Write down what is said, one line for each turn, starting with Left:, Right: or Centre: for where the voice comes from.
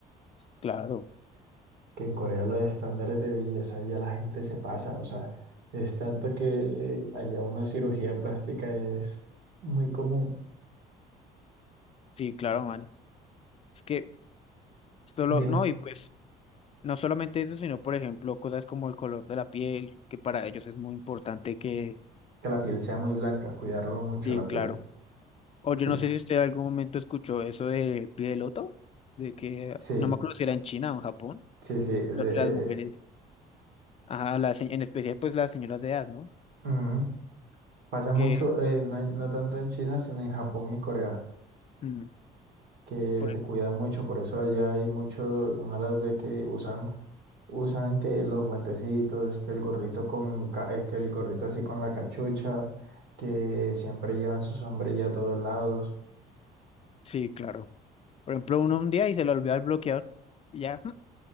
Left: claro.
Right: que en Corea los estándares de belleza ya la gente se pasa, o sea, es tanto que eh, allá una cirugía plástica es muy común.
Left: Sí, claro, man. Es que solo,
Right: Dime,
Left: no, y pues no solamente eso, sino por ejemplo cosas como el color de la piel, que para ellos es muy importante que,
Right: que la piel sea muy blanca, cuidarlo mucho
Left: sí,
Right: la piel.
Left: claro. O
Right: Sí,
Left: yo no sé si usted en algún momento escuchó eso del pie de loto, de que,
Right: sí,
Left: no me acuerdo si era en China o en Japón,
Right: sí, sí, eh, de-
Left: pero que las mujeres,
Right: eh,
Left: ajá, las, se- en especial pues las señoras de edad, ¿no?
Right: eh, ujú. Pasa mucho,
Left: Que,
Right: eh, no, en- no tanto en China, sino en Japón y Corea,
Left: mm,
Right: que
Left: por-
Right: se cuidan mucho, por eso allá hay mucho, una de las veces que usan, usan que los guantecitos, que el gorrito con, ca- eh, que el gorrito así con la cachucha, que siempre llevan su sombrilla a todos lados.
Left: sí, claro. Por ejemplo, uno un día y se le olvidó el bloqueador, y ya, <laughs>